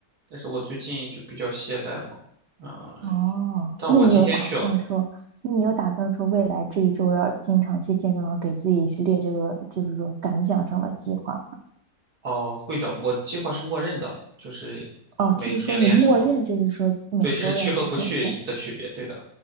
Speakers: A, on the right; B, on the right.
A: 但是我最近就比较懈怠嘛。嗯，
B: 哦，
A: 但我今天去了，
B: 那你有打算说，那你有打算说未来这一周要经常去健身房，给自己列这个就是说感想上的计划吗？
A: 哦，会的，我计划是默认的，就是每天练什么，
B: 哦，就是说你默认就是说每周要去健身。
A: 对，只是去和不去的区别，对的，